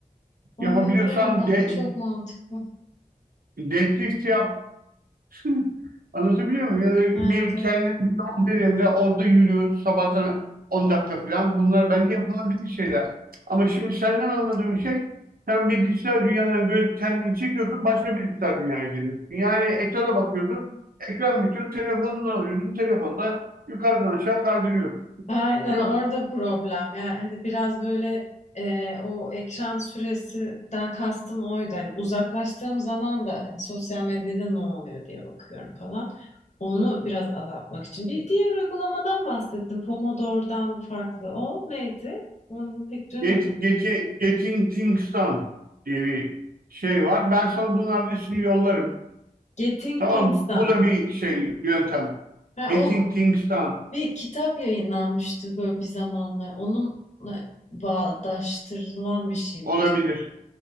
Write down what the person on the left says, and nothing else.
Olabilir
mi? Ah,
Çok mantıklı.
Evet,
evet.
Aynen
orada
problem. Yani hani biraz böyle e, o ekran süresinden kastım oydu. Hani uzaklaştığım zaman da hani sosyal medyada ne oluyor diye bakıyorum falan. Onu biraz azaltmak için. Bir diğer uygulamadan bahsettim. Pomodoro'dan farklı. O neydi? Onu pek duymadım.
Getting
Things'dan.
Ha,
o
bir kitap yayınlanmıştı böyle bir zamanlar. Onunla bağdaştırılan bir şey mi
acaba?